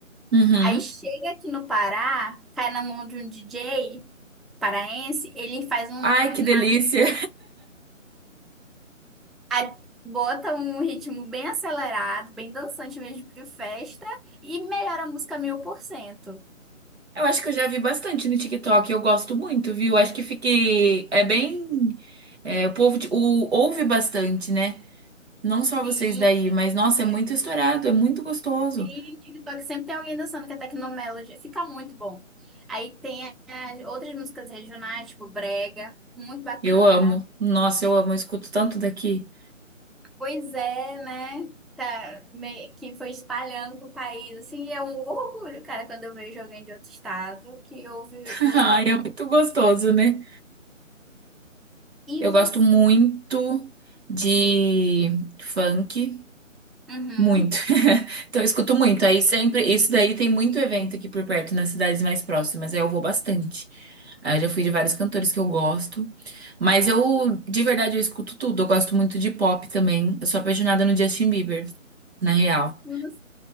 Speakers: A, on the right; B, in the centre.
A: Uhum.
B: Aí chega aqui no Pará, cai na mão de um DJ paraense, ele faz um,
A: Ai, que
B: uma
A: delícia!
B: mix a- Bota um ritmo bem acelerado, bem dançante mesmo de festa e melhora a música mil por cento.
A: Eu acho que eu já vi bastante no TikTok, eu gosto muito, viu? Acho que fiquei. É bem. é, o povo de- o, ouve bastante, né? Não só
B: Sim,
A: vocês daí, mas nossa,
B: é
A: é muito estourado, é muito gostoso.
B: E TikTok sempre tem alguém dançando que é Tecnomelody. Fica muito bom. Aí tem as outras músicas regionais, tipo Brega, muito bacana.
A: Eu amo. Nossa, eu amo, eu escuto tanto daqui.
B: Pois é, né? Tá, me- que foi espalhando pro país. Assim, é um orgulho, cara, quando eu vejo alguém de outro estado que ouve
A: <laughs>
B: música.
A: Ai, é muito gostoso, né?
B: E
A: Eu gosto
B: você?
A: muito de funk.
B: Uhum.
A: Muito. <laughs> Então, eu escuto muito. Aí sempre, isso daí tem muito evento aqui por perto, nas cidades mais próximas. Aí eu vou bastante. Aí eu já fui de vários cantores que eu gosto. Mas eu, de verdade, eu escuto tudo. Eu gosto muito de pop também. Eu sou apaixonada no Justin Bieber, na real.
B: Nossa,